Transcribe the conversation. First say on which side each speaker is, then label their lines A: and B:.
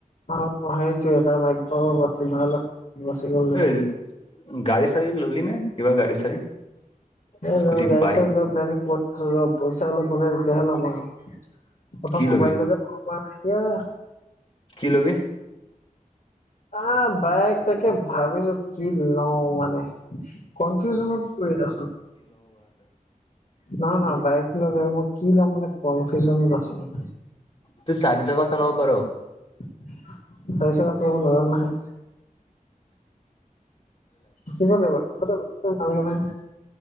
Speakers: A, on the left; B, on the left.
A: অ সেইটোৱে তাৰ ভাগ্য বাচি ভাল আছিল বাচি গ'ল দেখোন
B: এই গাড়ী- চাৰি ল'লি নে, কিবা গাড়ী চাড়ী?
A: ৰ'
B: স্কুটি
A: গাড়ী
B: বাইক
A: - চাৰি লোৱাৰ প্লেনিং কৰি আছোঁ ৰ, পইচা অলপ হ'লে তেতিয়াহে ল'ম আৰু প্ৰথম
B: কি
A: মোবাইলটোকে
B: লবি
A: পৰা নাই এতিয়া
B: কি ল'বি?
A: অ' বাইক তাকে ভাবিছোঁ, কি লওঁ মানে কনফিউজনত কৰি আছোঁ নহয় নহয় বাইক ল'লে মই কি লম মানে কনফিউজনত আছোঁ মানে
B: তই <unintelligible> চলাব পাৰ
A: <unintelligible> নোৱাৰোঁ নহয়। কিমান লাগিব, নালাগে নহয়